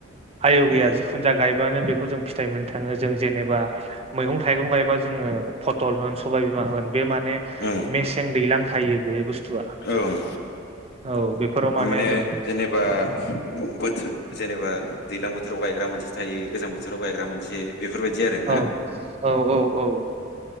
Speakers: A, on the right; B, on the left.
A: आयु
B: उम
A: गैया जिखुनु जा गाय बिबानो बेखौ जों फिथाइ मोननो थाङो। जों जेनेबा मैगं-थाइगं गायबा जोङो फथल होन सबायबिमा होन बे माने
B: ओं
A: मेसें दैलां थायो बे बुस्थुआ।
B: ओं
A: औ बेफोराव
B: माने
A: जों
B: जेनेबा बोथोर जेनेबा दैलां बोथोराव गायग्रा मोनसे थायो गोजां बोथ बोसोराव गायग्रा मोनसे बेफोरबायदि आरो
A: औ
B: ना?
A: औ औ औ